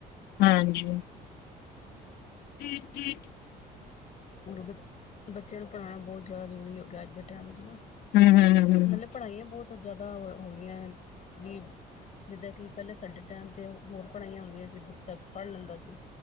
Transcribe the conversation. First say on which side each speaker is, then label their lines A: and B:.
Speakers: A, on the left; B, on the left.
A: ਹਾਂਜੀ। <inaudible>
B: ਹੁਣ ਬੱਚਿਆਂ ਨੂੰ ਪੜਾਨਾ ਬੋਹ ਜ਼ਿਆਦਾ ਜ਼ਰੂਰੀ ਹੋ ਗਿਆ ਆ ਅੱਜ ਦੇ ਟਾਈਮ ਚ ਨਾ।
A: ਹੂੰ, ਹੂੰ, ਹੂੰ, ਹੂੰ
B: ਨਾਲੇ ਪੜ੍ਹਾਈਆਂ ਬੋਤ ਜ਼ਿਆਦਾ ਹੋ ਗਈਆਂ ਵੀ ਜਿੱਦਾਂ ਕਿ, ਪਹਿਲੇ ਸਾਡੇ ਟਾਈਮ ਤੇ ਹੋਰ ਪੜ੍ਹਾਈਆਂ ਹੁੰਦੀਆਂ ਸੀ। ਬੱਚਾ ਪੜ੍ਹ ਲੈਂਦਾ ਸੀ।